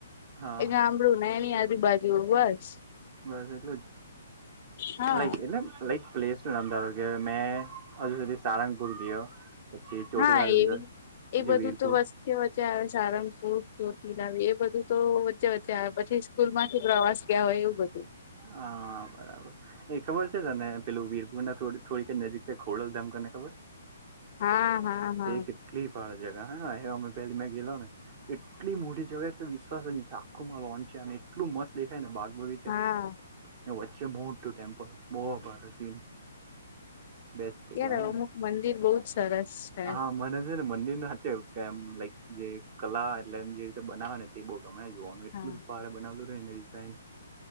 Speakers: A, on the right; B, on the left.
A: હા
B: એ ગામડું ને એની આજુબાજુ બસ
A: બસ એટલું જ
B: હા
A: લાઇક એટલે લાઈક પ્લેસ નું નામ ધારો કે મેં હજુ સુધી સારંગપુર ગીય ચોટીલા
B: હા એવી
A: ડુંગર.
B: એ બધું
A: વીરપુર
B: તો વચ્ચે વચ્ચે આવે સારંગપુર, ચોટીલાના એ બધું તો વચ્ચે વચ્ચે આવે પછી સ્કૂલમાંથી પ્રવાસ ગયા હોય એવું બધું.
A: હા બરાબર એ ખબર છે તને પેલું વીરપુરના થો થોડી કઈ નજીક છે ખોડલધામ તને ખબર.
B: હા. હા હા
A: તે કેટલી ફળ જગ હા હમે પહેલી મે ગેલો ને એટલી મોટી જગા એટલે વિશ્વાસ જ આખું માં લોન્ચ છાંય ને એટલું મસ્ત દેખાય ને બાગ બગિચ
B: હા
A: ને વચ્ચે મોટું ટેમ્પલ બો ભારે સીન. બેસ્ટ જગ્યા
B: યાર અમુક
A: હે
B: મંદિર બહુ જ સરસ છે
A: હા મને છે ને મંદિર ન નાચમ લાઈક જે કલા એટલે એમ જે રીતે બનાવે ને તે બો તમે જોવાનું એટલું
B: હા
A: ભારે બનાવલું રહેેને ડિઝાઇન